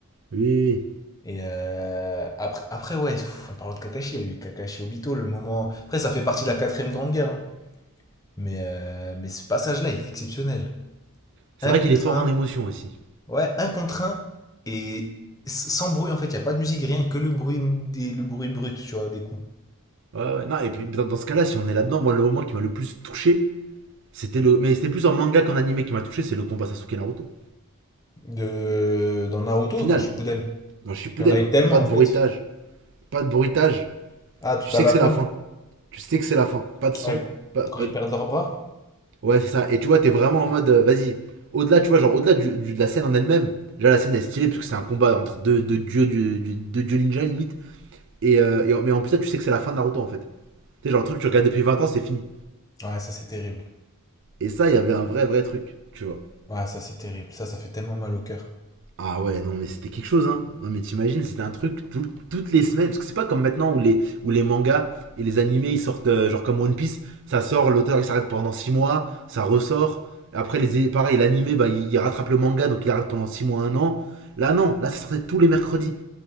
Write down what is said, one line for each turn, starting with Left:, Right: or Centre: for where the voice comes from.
Right: Oui, oui, oui.
Left: Et euh, après, après, ouais, pff, en parlant de Kakashi, il y a eu Kakashi Obito, le moment. Après, ça fait partie de la quatrième grande guerre. hein. Mais, euh, mais ce passage-là, il est exceptionnel.
Right: C'est
Left: Un
Right: vrai
Left: contre
Right: qu'il est fort
Left: un.
Right: en émotion aussi.
Left: Ouais, un contre un. Et s- sans bruit, en fait, il n'y a pas de musique, rien que le bruit, des, le bruit brut, tu vois, des coups.
Right: Ouais, ouais. Non, et puis dans, dans ce cas-là, si on est là-dedans, moi, le moment qui m'a le plus touché, c'était le. Mais c'était plus en manga qu'en animé qui m'a touché, c'est le combat Sasuke Naruto.
Left: De, dans Naruto,
Right: Final,
Left: dans Shippuden.
Right: dans Shippuden.
Left: Il y en a eu tellement,
Right: Pas
Left: en
Right: de
Left: fait.
Right: bruitage. Pas de bruitage.
Left: Ah, tout
Right: Tu sais
Left: à la
Right: que c'est
Left: fin.
Right: la fin. Tu sais que c'est la fin. Pas de son.
Left: Ouais.
Right: Pas, pas
Left: Quand ils
Right: de-
Left: perdent leurs bras.
Right: Ouais, c'est ça. Et tu vois, t'es vraiment en mode, euh, vas-y, au-delà, tu vois, genre, au-delà du- du- de la scène en elle-même, déjà la scène est stylée parce que c'est un combat entre deux, deux dieux, du, du- deux dieux ninja limite. Et, euh, et en- mais en plus, ça, tu sais que c'est la fin de Naruto en fait. Tu sais, genre, le truc que tu regardes depuis 20 ans, c'est fini.
Left: Ouais, ça, c'est terrible.
Right: Et ça, il y avait un vrai, vrai truc, tu vois.
Left: Ouais, ça, c'est terrible. Ça, ça fait tellement mal au cœur.
Right: Ah ouais, non, mais c'était quelque chose, hein. Non, mais t'imagines, c'était un truc tout- toutes les semaines. Parce que c'est pas comme maintenant où les, où les mangas et les animés ils sortent, euh, genre comme One Piece, ça sort, l'auteur il s'arrête pendant 6 mois, ça ressort. Après, les, pareil, l'animé, bah, il, il rattrape le manga, donc il arrête pendant 6 mois, un an. Là, non, là, ça sortait tous les mercredis.